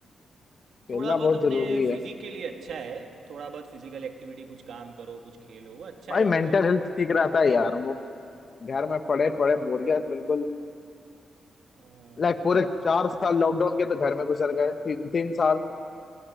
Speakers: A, on the left; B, on the right.
A: खेलना
B: थोड़ा बहुत
A: बहुत
B: अपने
A: जरूरी है
B: फिजिक के लिए अच्छा है थोड़ा बहुत फिजिकल एक्टिविटी कुछ काम करो कुछ खेलो वो अच्छा
A: भाई
B: है
A: मेंटल
B: एक तौर पे
A: हेल्थ ठीक रहता है यार वो घर में पड़े पड़े बोरियत बिल्कुल
B: हाँ,
A: लाइक
B: वो
A: पूरे
B: भी है
A: चार साल लॉकडाउन के तो घर में गुजर गए ती, तीन साल